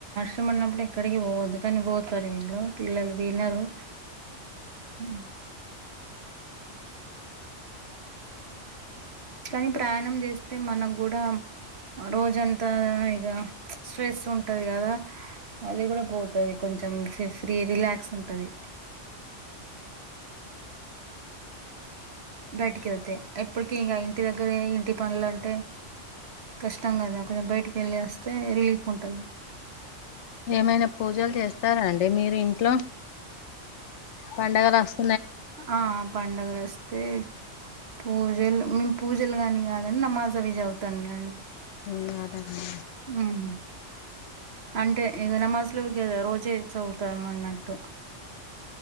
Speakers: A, on the right; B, on the left.
A: ఇష్టమడినప్పుడు ఎక్కడికి పోవద్దు కాని పోతరు వీళ్ళు పిల్లలు వినరు హ్మ్మ్ కానీ ప్రయాణం చేస్తే మనకు కూడా రోజంతా ఇగ స్ట్రెస్ ఉంటది కదా అది కూడా పోతది కొంచెం ఫ్రీ రిలాక్స్ ఉంటది. బయటికి ఎళ్తే ఎప్పటికి ఇంకా ఇంటి దగ్గర ఇంటి పనులు అంటే కష్టం కదా ఆ కొంచెం బయటికి వెళ్ళి వస్తే రిలీఫ్ ఉంటది
B: ఏమైనా పూజలు చేస్తారా అండి మీరు ఇంట్లో పండగలు వస్
A: ఆ ఆ పండుగలు వస్తే పూజలు మేము పూజలు అని కాదండి నమాజ్ అవి చదువుతాం అండి
B: హ్మ్మ్ అదమ్మా
A: హ్మ్మ్ అంటే ఇగ నమాజులు రోజే చదువుతాం అన్నట్టు